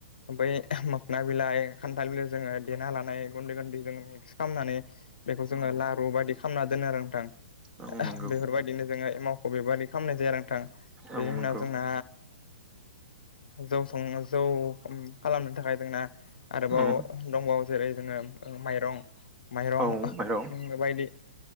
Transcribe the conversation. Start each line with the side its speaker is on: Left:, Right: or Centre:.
Left: बै मोखना बिलाइ खान्थाल बिलाइ जोंङो देना लानाय गुन्दै गुन्दै जोंङो मिक्स खालामनानै बेखौ जोंङो लारु बायदि खालामना दोनो आरो नोंथां
Right: औ नंगौ
Left: बेफोरबायदिनो जोंङो मावख' बेबायदि खालामनाय जाया नोंथां बेनि
Right: औ नंगौ
Left: उनाव जोंना जौ संनो जौ खालामनो थाखाय जोंना आरोबाव
Right: औ
Left: दंबावो जेरै जोंङो माइरं माइरं
Right: औ माइरं
Left: बायदि